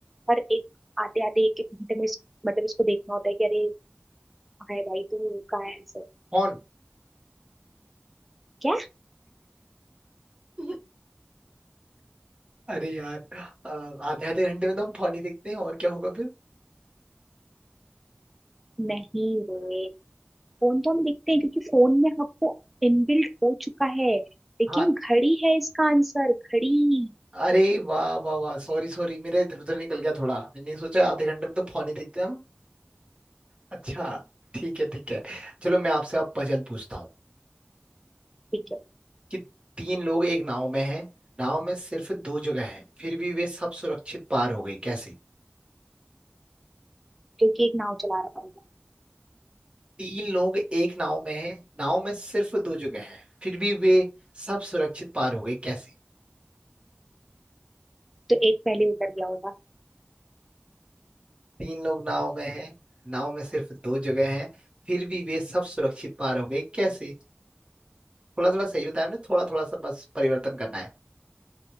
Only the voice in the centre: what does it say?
हर एक आते आते एक एक घंटे में इस- मतलब इसको देखना होता है कि अरे कहाँ है भाई तू कहाँ है ऐसे
क्या
नहीं रे फोन तो हम देखते हैं क्योंकि फोन में आपको इनबिल्ट हो चुका है लेकिन
घड़ी है इसका आंसर घड़ी
ठीक है
क्योंकि एक नाव चला रहा होगा
तो एक पहले उतर गया होगा